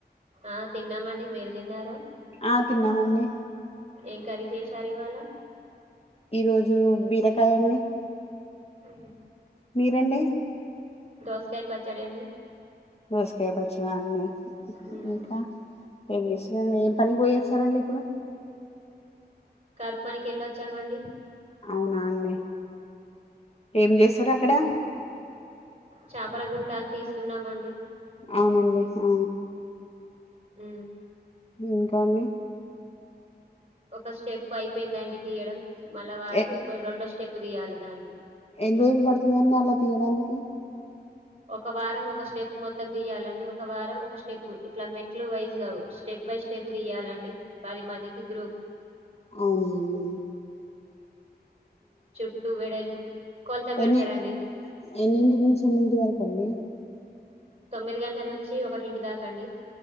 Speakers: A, on the right; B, on the left.
A: ఆ తిన్నాం అండి మీరు తిన్నారా
B: ఆ తిన్నామ్ అండి
A: ఏం కర్రీ చేశారు ఇవాళ
B: ఈ రోజు బీరకాయ అండి
A: ఉమ్,
B: మీరండి
A: దోసకాయ పచ్చడి అండి
B: దోసకాయ పచ్చడ అండి
A: ఉమ్,
B: ఇంకా ఏం చేస్తునారు ఏం పనికి పోయాచ్చారాండి ఇప్పుడు
A: కరువు పనికి వెళ్ళొచ్చామ్ అండి
B: అవునా అండి ఏం చేస్తారు అక్కడ
A: చాపల గుంట అని తీస్తున్నామ్ అండి
B: అవునండి ఆ
A: ఉ
B: ఇంకాని
A: ఒక స్టెప్ అయిపోయింది అండి తీయడం మళ్ల వారం
B: ఎ
A: ఇంకో రెండో స్టెప్ తీయాలి దాన్ని
B: ఎన్ని రోజులు పడుతది అండి అలా తీయడానికి
A: ఒక వారం ఒక స్టెప్ మొత్తం తీయాలండి ఒక వారం ఒక స్టెప్ ఇట్లా మెట్లు వైజ్గా స్టెప్ బై స్టెప్ తీయాలండి పది మందికి గ్రూప్
B: అవునవును
A: చుట్టూ వేడల్పు కొలతా పెడతారండి
B: ఎన్ని ఎన్నింటి నుంచి ఎన్నింటి వరకు అండి
A: తొమ్మిది గంట్ల నుంచి ఒకటింటి దాకా అండి